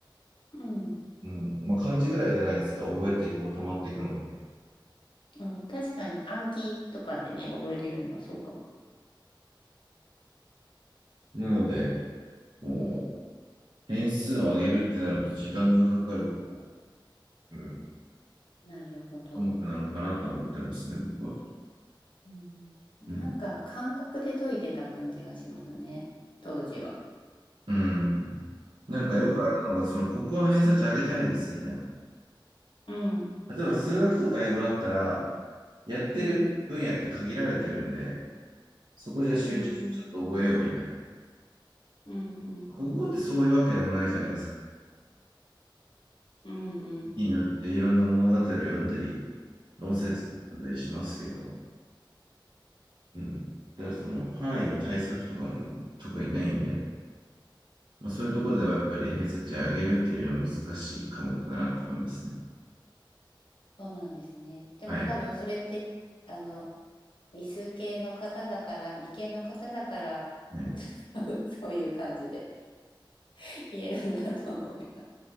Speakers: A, on the left (about 75°); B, on the right (about 65°).
A: うん
B: うん。まあ、漢字ぐらいじゃないですか、覚えてこう溜まっていくのって。
A: あ、確かに暗記とかでね、覚えれるのはそうかも。
B: なので、こう、点数を上げるってなると時間がかかる、うん、
A: なるほど。
B: 科目なのかなとは思ってますね、僕は。
A: うん、なんか感覚で解いてた感じがしますね、
B: うん。
A: 当時は。
B: うん。なんかよくあるのが、
A: うん、
B: その国語の偏差値上げたいです、みたいな。
A: うん、
B: 例えば数学とか英語だったら、やってる分野って限られてるんで、
A: うん、
B: そこじゃ集中してちょっと覚えようみたいな。
A: うん、うん、う
B: 国語ってそういうわけでもないじゃないですか。
A: ん、うん、うん、
B: 時によっていろんな物語を読んだり、
A: うん、うん、
B: 論説を読んだりしますけど、うん。だからその範囲の対策とかも特にないんで、まあ、そういうところではやっぱり偏差値を上げるっていうのは難しい科目だなと思いますね。
A: そうなんですね。でも多分それって、
B: はい。
A: あの、理数系の方だから、理系の方だから、
B: ね。
A: <laughs> そういう感じで。言えるんだと思います。